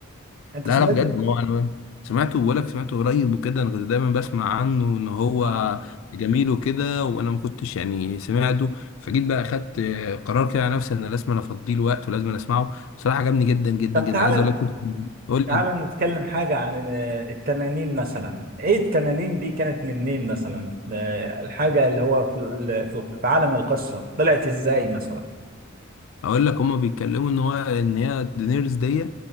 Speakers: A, on the right (about 45°); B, on the left (about 70°).
A: انت
B: لا
A: سمعت
B: لا بجد ما هو أنا سمعته بقولك سمعته قريب وكده أنا كنت دايما بسمع عنه إن هو
A: اه
B: جميل وكده وأنا ما كنتش يعني سمعته فجيت بقى أخدت آه، قرار كده على نفسي إن لازم أنا أفضيه الوقت ولازم أنا أسمعه بصراحة عجبني جدا جدا
A: طب
B: جدا
A: تعالى
B: عايز أقول لك قول
A: تعال
B: لي
A: نتكلم حاجة عن آه، التنانين مثلا ايه التنانين دي كانت منين مثلا آه، الحاجة اللي هو في ال- في في عالم القصة طلعت ازاي مثلا
B: اقول لك هما بيتكلموا ان هو ان هي دينيرز دي